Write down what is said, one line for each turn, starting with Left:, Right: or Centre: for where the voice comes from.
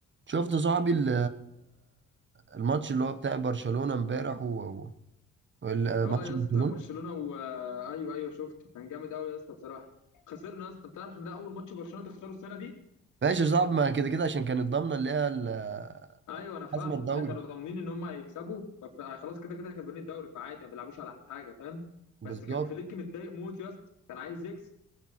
Right: شفت صاحبي ال- الماتش اللي هو بتاع برشلونة امبارح و و- وال-
Left: اه
Right: ماتش
Left: يا
Right: برشلونة
Left: اسطى برشلونه و... ايوه ايوه شفته كان جامد قوي يا اسطى بصراحه خسرنا يا اسطى انت عارف ان ده اول ماتش برشلونه تخسره السنه دي
Right: ماشي صعب ما كده كده عشان كانت ضامنة اللي هي ال-
Left: ايوه انا فاهمك
Right: حسم الدوري
Left: هي كانوا ضامنين ان هم هيكسبوا فف- خلاص كده كده كسبانين الدوري فعادي ما بيلعبوش على حاجه فاهم
Right: بالظبط
Left: بس كان فليك متضايق موت يا اسطى كان عايز يكسب